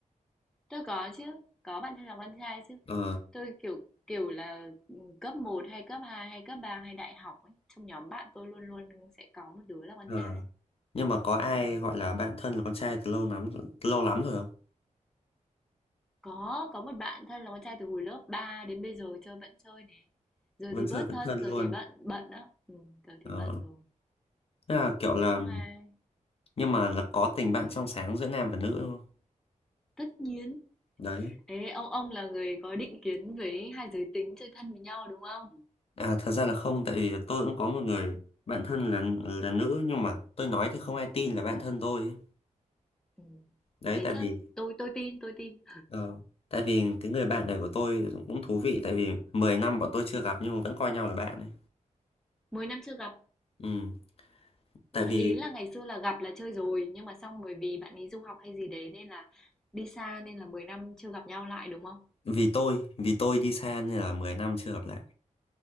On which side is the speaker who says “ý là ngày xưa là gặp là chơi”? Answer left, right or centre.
Centre